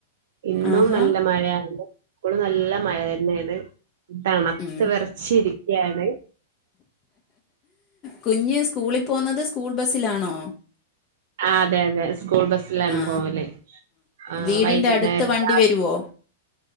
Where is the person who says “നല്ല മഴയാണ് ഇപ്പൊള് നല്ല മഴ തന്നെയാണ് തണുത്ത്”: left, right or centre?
Right